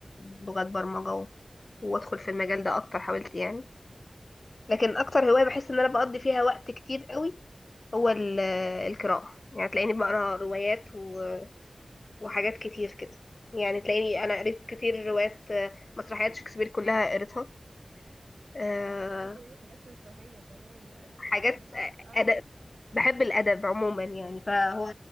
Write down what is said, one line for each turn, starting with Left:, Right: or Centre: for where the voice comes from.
Left: آه، لغات برمجة و... وادخل في المجال ده اكتر حاولت يعني لكن اكتر هواية بحس ان انا بقضي فيها وقت كتير قوي هو ال- آه، القراءة يعني تلاقيني بقرا روايات و... وحاجات كتير كده يعني تلاقيني انا قريت كتير روايات آه، مسرحيات شكسبير كلها قريتها آه،
Right: انت بتحبي تقري حاجات فلسفية كمان يعني
Left: حاجات
Right: دي حاجات عميقة
Left: آه،
Right: قوي
Left: أدب بحب الأدب عموما يعني فهو